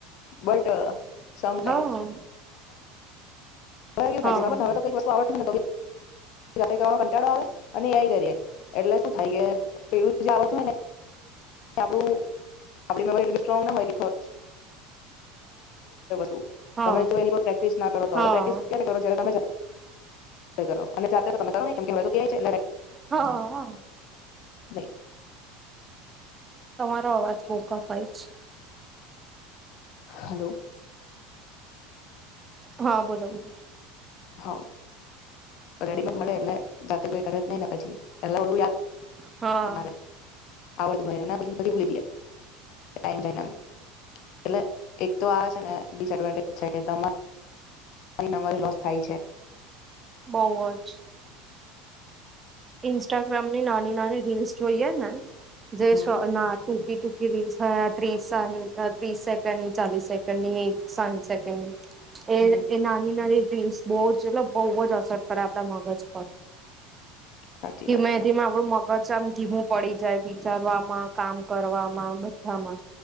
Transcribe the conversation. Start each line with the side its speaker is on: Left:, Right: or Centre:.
Left: બટ સમટાઈમ્સ
Right: હા
Left: <inaudible> <inaudible> ખબસે
Right: હા
Left: હવે કઈક વસ્તુ આવડ થોભી જાતે કરવા‌નો કંટાળો આવે <inaudible> એટલે શું થાય <inaudible> પેલું આવતું હોય ને આપડું આપડી <inaudible> સ્રોંગ ના હોય કે ભૂલી જ
Right: હા
Left: તમે જો એની પ્રેક્ટિસ ના કરો તો
Right: હા
Left: હવે પ્રેકિસ ક્યારે કરો તમે જાતે જાતે કરો અને જાતે તો તમે કરો નાઈ
Right: હા
Left: <inaudible> <inaudible>
Right: તમારો અવાજ બો કપાય છે.
Left: હલો.
Right: હા બોલો બોલો.
Left: હા. રેડીમેડ મળે એટલે જાતે કોઈ <inaudible> એટલે ઓલું
Right: હા.
Left: યાદ ના <inaudible>
Right: બોઉ જ ઇન્સ્ટાગ્રામ ની નાની નાની રીલ્સ જોઈએ ને જે
Left: હમ
Right: શ ના ટૂકી <unintelligible> ત્રીસ સેકન્ડ ની ચાલીસ સેકન્ડ ની સાહીઠ સેકન્ડ ની એ
Left: હમ
Right: એ નાની નાની <unintelligible> બોજ એ બહુ જ અસર કરે આપડા મગજ પર
Left: સાચી
Right: ધીમે
Left: વાત છે
Right: ધીમે આપડું મગ મગજ આમ ધીમું પડી જાય વિચારવામાં કામ કરવામાં બધામાં